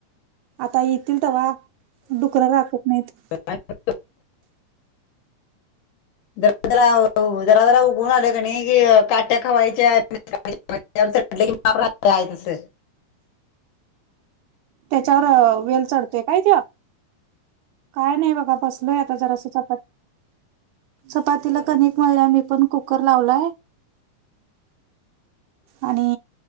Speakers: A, on the right; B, on the left.
A: आता येतील तेवा डुकरं राखत नाहीत.
B: काय पण <unintelligible> जरा जरा उभ आलं का नी की काट्या खावायच्या म्हटलं की माप आहे तस
A: त्याच्यावर वेल चढतेय काय त्या काय नाही बघा बसलोय आता जरासं चपात चपातीला कनिक मळल्या मी पण कुकर लावलाय. आणि